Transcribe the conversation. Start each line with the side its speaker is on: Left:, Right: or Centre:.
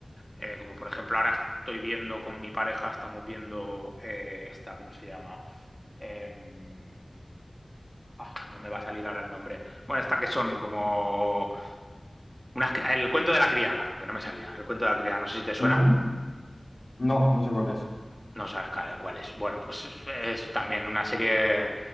Centre: Eh, como por ejemplo, ahora estoy viendo con mi pareja, estamos viendo eh, esta, ¿cómo se llama? Em, ah, no me va a salir ahora el nombre. Bueno, esta que son como unas- el cuento de la criada, que no me salía, el cuento de la criada, no sé si te suena.
Left: ujú. No, no sé cuál es.
Centre: No sabes cuál cuál es. Bueno, pues es, también una serie,